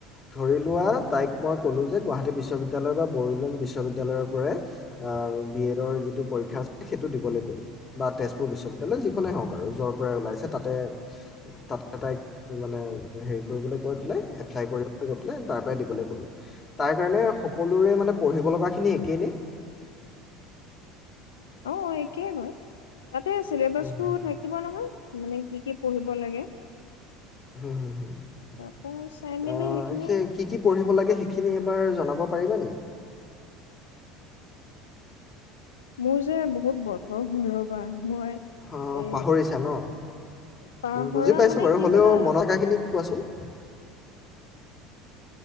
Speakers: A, on the left; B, on the left.
A: ধৰি লোৱা তাইক মই ক'লোঁ যে গুৱাহাটী বিশ্ববিদ্যালয় বা বড়োলেণ্ড বিশ্ববিদ্যালয়ৰ পৰাই অ' বি এডৰ যিটো পৰীক্ষা আছে সেইটো দিবলৈ ক'লো বা তেজপুৰ বিশ্ববিদ্যালয় যিখনেই হওক আৰু য'ৰ পৰাই ওলাইছে তাতে তাতে তাইক মানে হেৰি কৰিবলৈ কৈ পেলাই এপ্লাই কৰিবলৈ গৈ পেলাই তাৰ পৰাই দিবলৈ ক'লোঁ, তাৰ কাৰণে সকলোৰে মানে পঢ়িব লগাখিনি একেই নে?
B: অ' একেই হয়। তাতে চিলেবাছটো
A: হুম হুম হুম
B: থাকিব নহয় মানে কি কি পঢ়িব লাগে
A: হম হ হ
B: তাৰপা চাই মেলি
A: আহ
B: সেইখিনি
A: সেই কি কি পঢ়িব লাগে সেইখিনি এবাৰ জ জনাব পাৰিবা নি
B: মোৰ যে বহুত বছৰ হ'ল ৰবা মই
A: অ
B: এ
A: পাহৰিছা ন,
B: পাহৰা
A: বুজি পাইছো
B: মানে
A: বাৰু
B: কি
A: হ'লেও
B: জানা
A: মনকাখিনি কোৱাচোন?